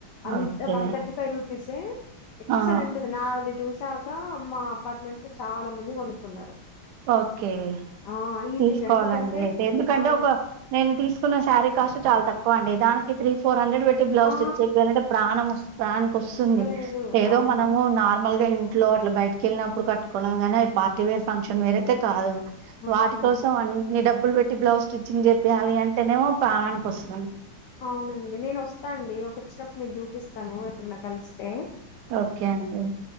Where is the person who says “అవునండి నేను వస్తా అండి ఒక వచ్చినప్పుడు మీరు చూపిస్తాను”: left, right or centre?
Left